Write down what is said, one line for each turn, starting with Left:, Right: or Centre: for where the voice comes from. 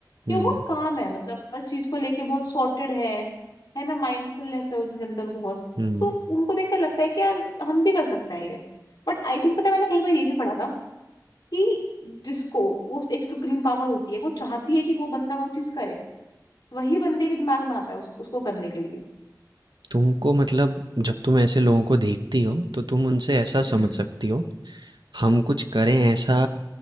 Right: हम्म
Left: कि वो बहुत काम है मतलब हर चीज को लेके बहुत सॉर्टेड है है ना माइंडफुलनेस है उनके अंदर बहुत
Right: हम्म
Left: तो उनको देख कर लगता है कि यार हम भी कर सकते हैं ये बट आई थिंक पता है मैंने कहीं पर ये भी पढ़ा था कि जिसको वो एक सुप्रीम पावर होती है वो चाहती है कि वो बंदा वो चीज करे वही बंदे के दिमाग में आता है उस, उसको करने के लिए
Right: तुमको मतलब जब तुम ऐसे लोगों को देखती हो तो तुम उनसे ऐसा
Left: हम्म
Right: समझ सकती हो हम कुछ करें ऐसा